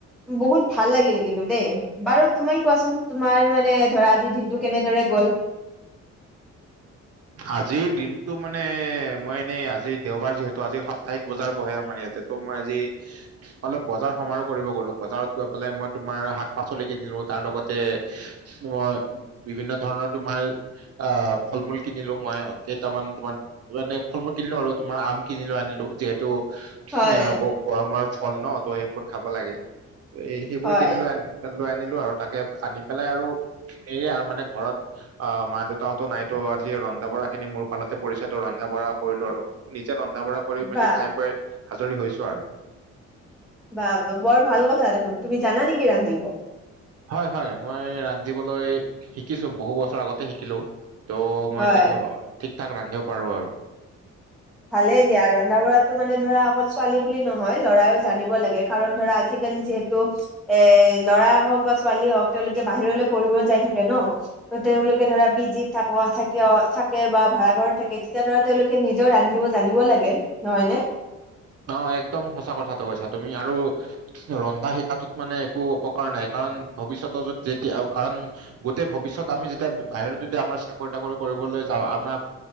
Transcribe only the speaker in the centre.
বহুত ভাল লাগিল কিন্তু দেই বাৰু তুমি কোৱাচোন তোমাৰ মানে ধৰা। আজি দিনটো কেনেদৰে গ'ল। <inaudible>
হয়
হয়
বাহ
বা বৰ ভাল কথা দেখোন তুমি জানা নেকি ৰান্ধিব।
হয়
ভালে দিয়া ৰন্ধা বঢ়াতো মানে ধৰা অকল ছোৱালী বুলি নহয় লৰাইও জানিব লাগে কাৰণ ধৰা আজিকালি যিহেতু এ ল'ৰা হওক বা ছোৱালী হওক তেওঁলোকে বাহিৰলে পঢ়িব যাই থাকে ন ত তেওঁলোকে ধৰা পিজিত থাক থাকেয় থাকে বা ভাড়া ঘৰত থাকে তেতিয়া ধৰা তেওঁলোকে নিজেও ৰা ন্ধিব জানিব লাগে নহয় নে